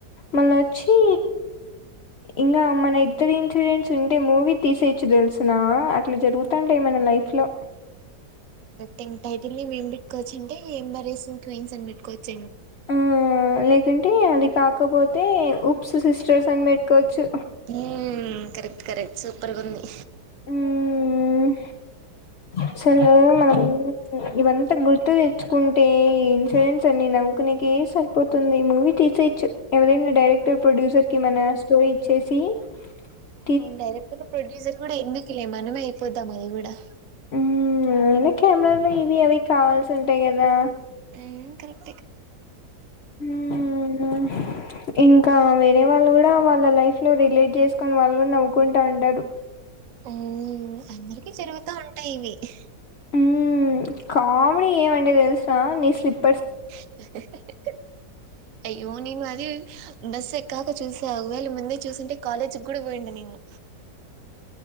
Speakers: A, on the left; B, on the right.
A: మళ్ళచ్చి ఇంగా మన ఇద్దరి ఇన్ఫ్లుయెన్స్ ఉంటే మూవీ తీసే రించి తెల్సనా అట్లా జరుగుతుంటాయ్ మన లైఫ్ లో
B: టెన్ టైటిల్ నేమ్ ఏం పెట్టుకోవచ్చుంటే ఏంబరైసింగ్ క్వీన్స్ అని పెట్టుకోవచ్చేమో
A: ఆ లేకుంటే అది కాకపోతే ఉప్స్ సిస్టర్స్ అన్ బేట్టుకోవచ్చు
B: ఉహ్మ్ కరెక్ట్ కరెక్ట్ సూపర్గుంది
A: ఊమ్మ్ అసలు మనం ఇవంతా గుర్తు దెచ్చుకుంటే ఈ ఇన్సిడెన్స్ అన్ని నవ్ కొనికే సరిపోతుంది మూవీ తీసేయచ్చు, ఎవరైనా డైరెక్టర్ ప్రొడ్యూసర్ కి మన స్టోరీ ఇచ్చేసి ట్టి
B: డైరెక్టర్ ప్రొడ్యూసర్ గూడ ఎందుకులే మనమే ఐపోద్దాం అది గూడా
A: ఉమ్, అయినా కెమెరాలు ఇవి అవి కావాల్సి ఉంటయి గదా
B: ఊమ్ కరెక్
A: హ్మ్ మ్మ్ ఇంకా వేరే వాళ్ళు కూడా వాళ్ళ లైఫ్ లో రిలేట్ జేసుకుని వాళ్ళు కూడా నవ్వుకుంటా ఉంటారు
B: ఓ అందరికి జరుగుతా ఉంటాయి ఇవి హ్
A: హ్మ్ కామెడీ ఏమంటే తెలుస నీ స్లిప్
B: హ్ హ్ హ్ అయ్యో నేను అది బస్ ఎక్కాక చూస్ త ఒగవేళ ముందే చూసింటే కాలేజుగూడ పోయుండనేమో